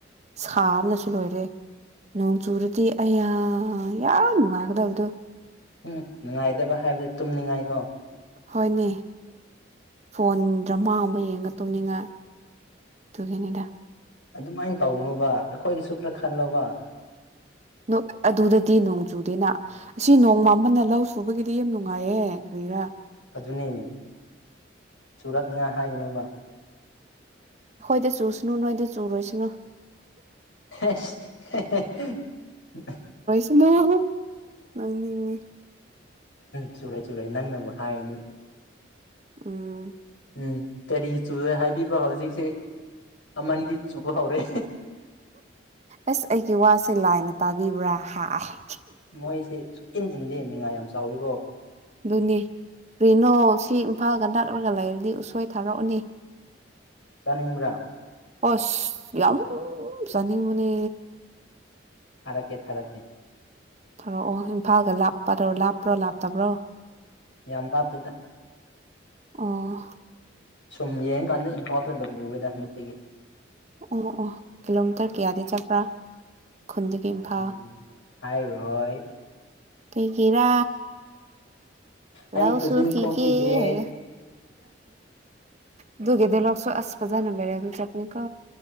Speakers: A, on the right; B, on the left.
A: ꯁꯥꯕꯅꯁꯨ ꯂꯣꯏꯔꯦ ꯅꯣꯡ ꯆꯨꯨꯔꯗꯤ ꯑꯌꯥ ꯌꯥꯝ ꯅꯨꯡꯉꯥꯏꯒꯗꯕꯗꯣ
B: ꯎꯝ ꯅꯨꯡꯉꯥꯏꯗꯕ ꯍꯥꯏꯕꯗꯣ ꯇꯨꯝꯅꯤꯡꯉꯥꯏꯀꯣ?
A: ꯍꯣꯏꯅꯦ ꯐꯣꯟ ꯗ꯭ꯔꯃꯥꯒꯨꯝꯕ ꯌꯦꯡꯉꯒ ꯇꯨꯝꯅꯤꯡꯉꯥꯏ꯫ ꯇꯨꯒꯤꯅꯤꯗ꯫
B: ꯑꯗꯨꯃꯥꯏꯅ ꯇꯧꯅꯣꯕ ꯑꯩꯈꯣꯏꯒꯤꯁꯨ ꯈꯔ ꯈꯜꯂꯣꯕ
A: ꯑꯗꯣ ꯑꯗꯨꯗꯗꯤ ꯅꯣꯡ ꯆꯨꯗꯦꯅ ꯑꯁꯤ ꯅꯣꯡ ꯃꯝꯕꯅꯦ ꯂꯧ ꯁꯨꯕꯒꯤꯗꯤ ꯌꯥꯝ ꯅꯨꯡꯉꯥꯏꯌꯦ ꯀꯔꯤꯔꯥ
B: ꯑꯗꯨꯅꯦ ꯆꯨꯔꯛꯅꯤꯉꯥꯏ ꯍꯥꯏꯒꯅꯣꯕ
A: ꯑꯩꯈꯣꯏꯗ ꯆꯨꯁꯅꯨ ꯅꯣꯏꯗ ꯆꯨꯔꯣꯏꯁꯅꯨ
B: <unintelligible>
A: ꯅꯣꯡ ꯅꯣꯛꯅꯤꯡꯉꯦ
B: ꯆꯨꯔꯣꯏ ꯆꯨꯔꯣꯏ ꯅꯪꯅꯕꯨ ꯍꯥꯏꯔꯗꯤ
A: ꯎꯝ
B: ꯎꯝ ꯀꯔꯤ ꯆꯨꯨꯔꯣꯏ ꯍꯥꯏꯕꯤꯕ ꯍꯧꯖꯤꯛꯁꯦ ꯑꯃ ꯅꯤꯗꯤ ꯆꯨꯕ ꯍꯧꯔꯦ
A: ꯑꯁ ꯑꯩꯒꯤ ꯋꯥꯁꯦ ꯂꯥꯏꯅ ꯇꯥꯕꯤꯕ꯭ꯔꯥ ꯍꯥꯏ
B: ꯃꯣꯏꯁꯦ ꯁꯨꯛ ꯏꯟ ꯏꯟꯗꯦ ꯅꯤꯉꯥꯏ ꯌꯥꯝ ꯆꯥꯎꯏꯕꯣ
A: ꯑꯗꯨꯅꯤ ꯀꯔꯤꯅꯣ ꯁꯤ ꯏꯝꯐꯥꯜꯒ ꯅꯛꯂꯒ ꯂꯩꯔꯗꯤ ꯎꯁꯣꯏ ꯊꯥꯔꯛꯎꯅꯦ <inaudible>
B: ꯆꯥꯅꯤꯡꯕ꯭ꯔꯥ
A: ꯑꯁ ꯌꯥꯝ ꯆꯥꯅꯤꯡꯕꯅꯦ
B: ꯊꯥꯔꯛꯀꯦ ꯊꯥꯔꯛꯀꯦ
A: ꯊꯥꯔꯛꯑꯣ ꯏꯝꯐꯥꯜꯒ ꯂꯥꯞꯄꯔꯣ ꯂꯥꯞꯄ꯭ꯔꯣ ꯂꯥꯞꯇꯕ꯭ꯔꯣ
B: ꯌꯥꯝ ꯂꯥꯞꯇꯦꯗ
A: ꯑꯣ
B: ꯁꯨꯝ ꯌꯦꯡ ꯗꯨꯀꯥꯟꯗ ꯏꯝꯐꯥꯜꯁꯨ ꯅꯝꯕꯨꯌꯦꯗ ꯅꯨꯇꯤꯒꯤ
A: ꯑꯣ ꯑꯣ ꯀꯤꯂꯣꯃꯤꯇꯔ ꯀꯌꯥꯗꯤ ꯆꯠꯄ꯭ꯔꯥ ꯈꯨꯟꯗꯒꯤ ꯏꯝꯐꯥꯜ
B: ꯎꯝ ꯍꯥꯏꯔꯣꯏ
A: ꯀꯩꯒꯤꯔꯥ
B: ꯑꯩ
A: ꯂꯧ
B: ꯈꯨꯖꯤꯟ
A: ꯁꯨꯈꯤꯒꯦ
B: ꯈꯣꯛꯈꯤꯒꯦ
A: ꯍꯥꯏꯌꯨ ꯑꯗꯨꯒꯤꯗꯤ ꯂꯧꯁꯨ ꯑꯁ ꯐꯖꯅ ꯂꯩꯔꯝꯗ꯭‌ꯔꯕꯅꯤꯀꯣ